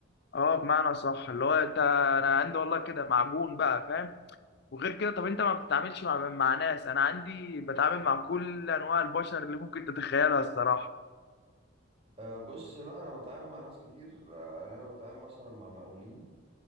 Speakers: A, on the left (about 50°); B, on the right (about 30°).
A: اه بمعنى صح اللي هو انت انا عندي والله كده معجون بقى فاهم وغير كده طب انت ما بتتعاملش مع مع ناس انا عندي بتعامل مع كل انواع البشر اللي ممكن تتخيلها الصراحه
B: أه بص لا انا بتعامل مع ناس كتير أه يعني انا بتعامل مثلا مع مقاولين